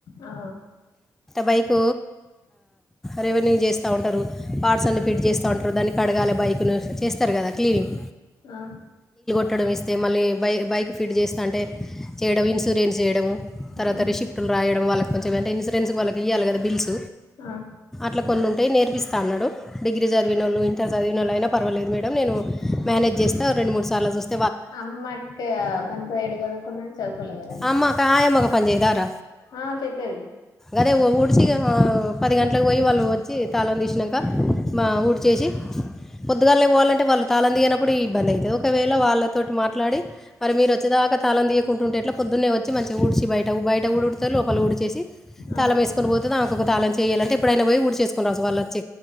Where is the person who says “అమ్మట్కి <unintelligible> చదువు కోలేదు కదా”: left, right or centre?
Left